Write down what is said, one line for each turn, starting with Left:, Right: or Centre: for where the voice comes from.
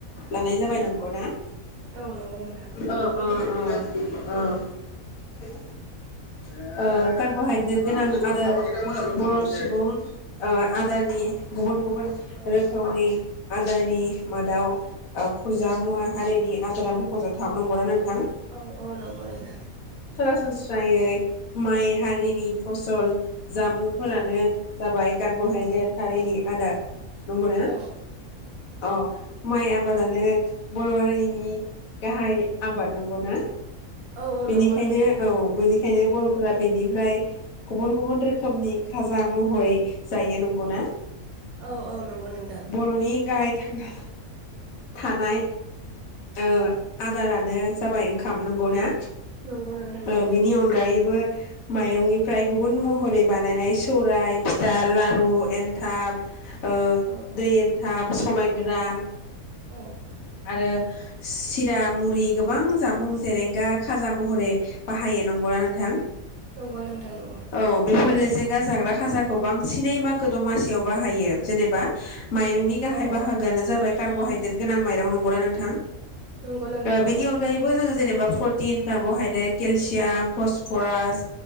Left: लानाय जाबाय नंगौ ना?
Right: औ नंगौ नोंथां
Left: ओ ओ ओ ओ <unintelligible> ओ कार्बहाइद्रेट गोनां आरो बर सुबुं ओ आदार नि गुबुन गुबुन गुबुन
Right: औ
Left: रखोमनि। आदारनि मादाव फुरजा मुवा हारिनि आदारा मखजाथाव नंगौना नों
Right: औ औ नंगौ नोंथां।
Left: सरासनस्रा यायै माइ हारिनि फसल जामुंफोरानो जाबाय कार्बहाइद्रेट हारिनि आदार। नंगौना
Right: औ
Left: औ माइ आब आबादानो बर हारिनि गाहाय आबाद नंगौना।
Right: औ औ
Left: बेनिखायनो
Right: नंगौ नोंथां
Left: औ। बेनिखायनो बरफोरा बेनिफ्राय गुबुन गुबुन रोखोमनि खाजा महरै जायो नंगौना।
Right: औ औ नंगौ नोंथां।
Left: बर'नि <unintelligible> थानाय ओ आदारानो जाबाय ओंखाम नंगौना।
Right: नंगौ नोंथां नंगौ
Left: ओ बिनि अनगायैबो। माइरंनिफ्राय गुबुन महरै बानायनाय सौराय। दा लारु
Right: औ
Left: एन्थाब। ओ
Right: औ औ
Left: दै एन्थाब। सबाय गोरान।
Right: औ।
Left: आरो सिरा मुरि गोबां जामुं जेरेंगा खाजा महरै। बाहायो नंगौना नोंथां?
Right: नंगौ नोंथां नंगौ।
Left: औ बेफोर लेजेंगा जाग्रा खाजाखौ बांसिनै मागो दमासियाव बाहायो जेनेबा। माइरंनि गाहाय
Right: औ
Left: बाहागोआनो जाबाय कार्ब'हाइद्रेट। गोनां माइरं नंगौना नोंथां?
Right: नंगौ नोंथां
Left: ओ
Right: नंगौ
Left: बिनि अनगायैबो जोङो। जेनेबा प्रटिन कारबहाइदेट। केलसियाम फसफरास